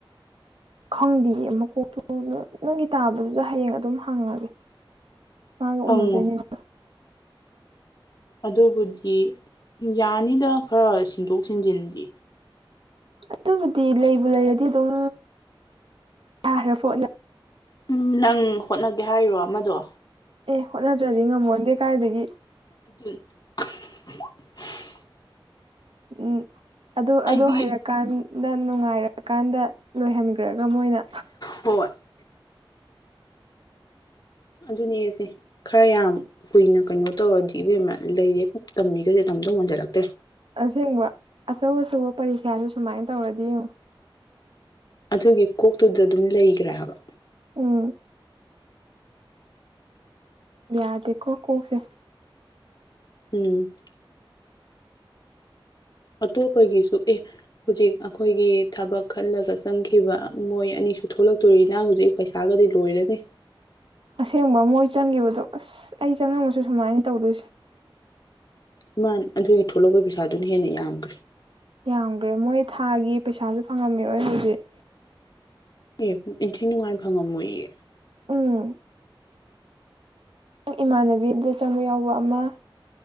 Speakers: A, on the right; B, on the left.
A: <inaudible> ꯈꯪꯗꯤꯌꯦ ꯃꯀꯣꯛꯇꯨ ꯅꯪꯒꯤ ꯇꯥꯕꯗꯨꯗ ꯍꯌꯦꯡ ꯑꯗꯨꯝ ꯍꯪꯑꯒꯦ꯫ ꯃꯥꯒ
B: ꯍꯪꯉꯨ
A: ꯎꯅꯗꯣꯏꯅꯤꯅ꯫
B: ꯑꯗꯨꯕꯨꯗꯤ ꯌꯥꯅꯤꯗ ꯈꯔ ꯁꯤꯟꯗꯣꯛ ꯁꯤꯟꯖꯤꯟꯗꯤ꯫
A: ꯑꯗꯨꯕꯨꯗꯤ ꯂꯩꯕꯨ ꯂꯩꯔꯗꯤ ꯑꯗꯨꯝ ꯌꯥꯈ꯭ꯔ ꯄꯣꯠꯅ
B: ꯎꯝ ꯅꯪ ꯍꯣꯠꯅꯒꯦ ꯍꯥꯏꯔꯣ ꯑꯃꯗꯣ꯫
A: ꯑꯦ ꯍꯣꯠꯅꯗ꯭ꯔꯗꯤ ꯉꯝꯃꯣꯟꯗꯦ ꯀꯥꯏꯗꯒꯤ꯫
B: <unintelligible>
A: ꯎꯝ ꯑꯗꯨ
B: ꯑꯩꯗꯤ
A: ꯑꯗꯨ ꯍꯩꯔꯀꯥꯟꯗ ꯅꯨꯡꯉꯥꯏꯔꯀꯥꯟꯗ ꯂꯣꯏꯍꯟꯈ꯭ꯔ ꯉꯃꯣꯏꯅ
B: ꯍꯣꯏ ꯑꯗꯨꯅꯦꯁꯦ ꯈꯔ ꯌꯥꯝ ꯀꯨꯏꯅ ꯀꯩꯅꯣ ꯇꯧꯔꯗꯤ ꯕꯦꯃ ꯂꯩꯔꯦ ꯇꯝꯃꯤꯈꯩꯁꯦ ꯇꯝꯗꯧ ꯃꯟꯖꯜꯂꯛꯇ꯭ꯔꯦ꯫
A: ꯑꯁꯦꯡꯕ ꯑꯆꯧ ꯑꯆꯧꯕ ꯄꯔꯤꯈꯥꯗꯨ ꯁꯨꯃꯥꯏꯅ ꯇꯧꯔꯗꯤ ꯌꯦꯡꯉꯣ꯫
B: ꯑꯗꯨꯒꯤ ꯀꯣꯛꯇꯨꯗ ꯗꯨꯝ ꯂꯩꯈ꯭ꯔꯦ ꯍꯥꯏꯕ꯫
A: ꯎꯝ꯫ ꯌꯥꯗꯦꯀꯣ ꯀꯣꯛꯁꯦ꯫
B: ꯎꯝ꯫
A: <inaudible>
B: ꯑꯇꯣꯞꯄꯒꯤꯁꯨ ꯑꯦ ꯍꯧꯖꯤꯛ ꯑꯈꯣꯏꯒꯤ ꯊꯕꯛ ꯈꯜꯂꯒ ꯆꯪꯈꯤꯕ ꯃꯣꯏ ꯑꯅ ꯅꯤꯁꯨ ꯊꯣꯛꯂꯛꯇꯣꯔꯤꯅ ꯍꯧꯖꯤꯛ ꯄꯩꯁꯥꯒꯗꯤ ꯂꯣꯏꯔꯅꯤ
A: ꯑꯁꯦꯡꯕ ꯃꯣꯏ ꯆꯪꯈꯤꯕꯗꯣ ꯑꯁ ꯑꯩ ꯆꯪꯉꯝꯃꯁꯨ ꯁꯨꯃꯥꯏꯅ ꯇꯧꯗꯣꯏꯁꯦ꯫
B: ꯏꯃꯥꯟ ꯑꯗꯨꯒꯤ ꯊꯣꯛꯂꯛꯄ ꯄꯩꯁꯥꯗꯨꯅ ꯍꯦꯟꯅ ꯌꯥꯝꯈ꯭ꯔꯦ꯫
A: ꯌꯥꯝꯈ꯭ꯔꯦ ꯃꯣꯏ ꯊꯥꯒꯤ ꯄꯩꯁꯥꯁꯨ ꯐꯪꯉꯝꯃꯤꯔꯣꯏ ꯍꯧꯖꯤꯛ꯫
B: ꯑꯦ ꯏꯟꯊꯤ ꯅꯨꯡꯉꯥꯏ ꯐꯪꯉꯝꯃꯣꯏꯌꯦ꯫
A: ꯎꯝ ꯏꯃꯥꯟꯅꯕꯤ ꯑꯗꯨꯗ ꯆꯪꯕ ꯌꯥꯎꯕ ꯑꯃ